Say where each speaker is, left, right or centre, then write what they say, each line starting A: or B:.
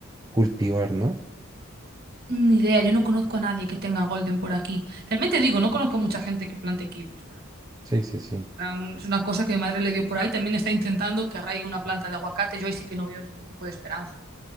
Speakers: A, on the right (about 20°); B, on the right (about 50°).
A: cultivar, ¿no?
B: Mm, Ni idea, yo no conozco a nadie que tenga golden por aquí. También te digo, no conozco a mucha gente que plante kiwis por aquí.
A: Sí, sí, sí.
B: En plan, Es una cosa que mi madre le dio por ahí. También está intentando que arraigue una planta de aguacate. Yo ahí sí que no veo ningún tipo de esperanza.